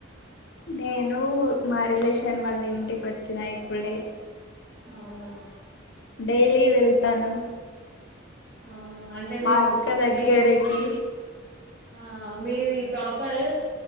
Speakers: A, on the left; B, on the right.
A: నేను మా రిలేషన్ వాళ్ళ ఇంటికి వచ్చినా ఇప్పుడే
B: అవునా
A: డైలీ వెళ్తాను
B: ఆ ఆ అంటే మీ
A: మా అక్క దగ్గరకి
B: మీ ఆ మీది ప్రాపరు